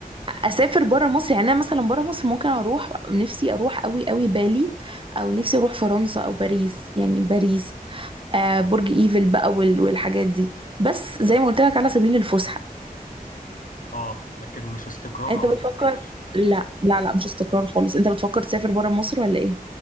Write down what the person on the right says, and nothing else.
اسافر بره مصر يعني انا مثلا بره مصر ممكن اروح نفسي اروح قوي قوي بالي او نفسي اروح فرنسا او باريس يعني باريس آه برج ايفل بقى وال- والحاجات دي بس زي ما قلت لك على سبيل الفسحه
انت
بتفكر
لا لا لا مش استقرار خالص انت بتفكر تسافر بره مصر ولا ايه